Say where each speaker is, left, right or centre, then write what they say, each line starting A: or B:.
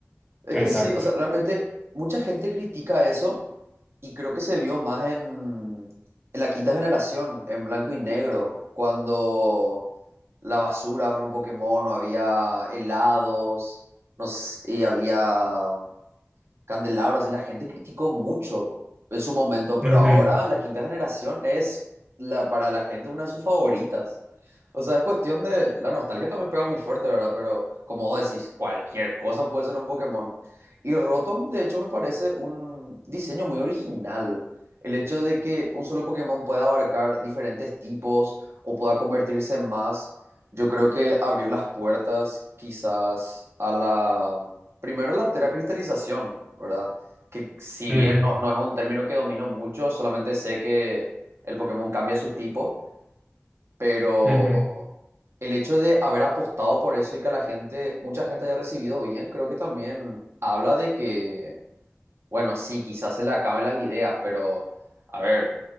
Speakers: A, on the right (about 65°); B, on the right (about 20°).
A: Es
B: exacto.
A: que sí, o sea, realmente mucha gente critica eso y creo que se vio más en, en la quinta generación, en blanco y negro, cuando la basura fue un Pokémon, o había helados, no sé, y había Candelabro, así la gente criticó mucho en su momento, pero
B: Ujú,
A: ahora la quinta generación es la, para la gente una de sus favoritas. O sea, es cuestión de. La nostalgia también pega muy fuerte, ¿verdad? Pero como vos decís, cualquier cosa puede ser un Pokémon. Y Rotom, de hecho, me parece un diseño muy original. El hecho de que un solo Pokémon pueda abarcar diferentes tipos o pueda convertirse en más, yo creo que abrió las puertas quizás a la, Primero la teracristalización, ¿verdad? Que si
B: ujú,
A: bien no, no es un término que domino mucho, solamente sé que el Pokémon cambia su tipo, pero
B: ujú.
A: el hecho de haber apostado por eso y que la gente, mucha gente haya recibido bien, creo que también habla de que bueno, sí, quizás se le acaben las ideas, pero a ver,